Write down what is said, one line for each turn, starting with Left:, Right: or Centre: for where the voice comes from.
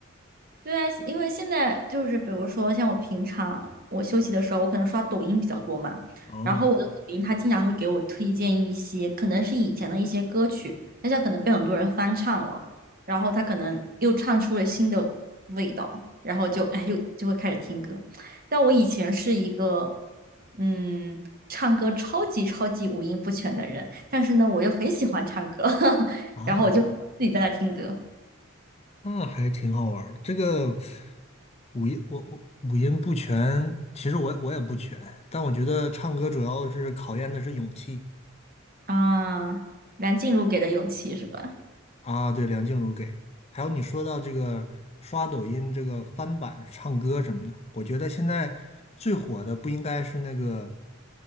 Right: 对啊，因为现在就是比如说像我平常我休息的时候，我可能刷抖音比较多嘛，
Left: 哦
Right: 然后我的抖音它经常会给我推荐一些可能是以前的一些歌曲，但现在可能被很多人翻唱了，然后它可能又唱出了新的味道，然后就哎又就会开始听歌。但我以前是一个嗯唱歌超级超级五音不全的人，但是呢我又很喜欢唱歌，<laughs>
Left: 啊，
Right: 然后我就自己在那听歌。
Left: 那还挺好玩儿的。这个五音我我五音不全，其实我我也不全，但我觉得唱歌主要是考验的是勇气。
Right: 啊，梁静茹给的勇气是吧？
Left: 啊，对，梁静茹给的。还有你说到这个刷抖音这个翻版唱歌什么的，我觉得现在最火的不应该是那个，